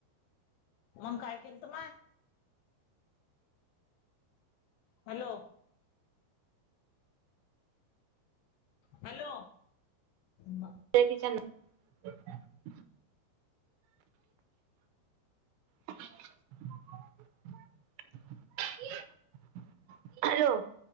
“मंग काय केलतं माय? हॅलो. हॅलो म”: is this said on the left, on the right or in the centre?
Left